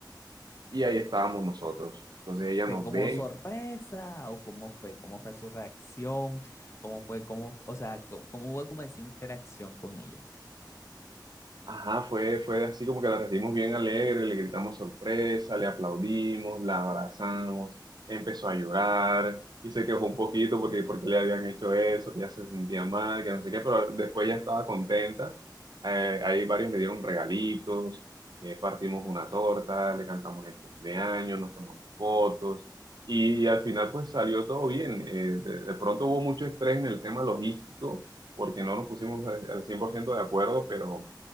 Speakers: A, on the right (about 65°); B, on the left (about 35°).
A: y ahí estábamos nosotros. Entonces ella
B: ¿Fue
A: nos
B: como
A: ve
B: sorpresa o cómo fue? ¿Cómo fue su reacción? ¿Cómo fue? ¿Cómo, o sea, cómo, cómo hubo como esa interacción con ella?
A: Ajá, fue, fue así como que la recibimos bien alegre, le gritamos sorpresa, le aplaudimos, la abrazamos, empezó a llorar y se quejó un poquito porque, porque le habían hecho eso, que ya se sentía mal, que no sé qué, pero después ya estaba contenta. Eh, ahí varios le dieron regalitos, eh, partimos una torta, le cantamos el cumpleaños, nos tomamos fotos y, al final pues salió todo bien. Eh, de de pronto hubo mucho estrés en el tema logístico porque no nos pusimos al al 100% de acuerdo, pero...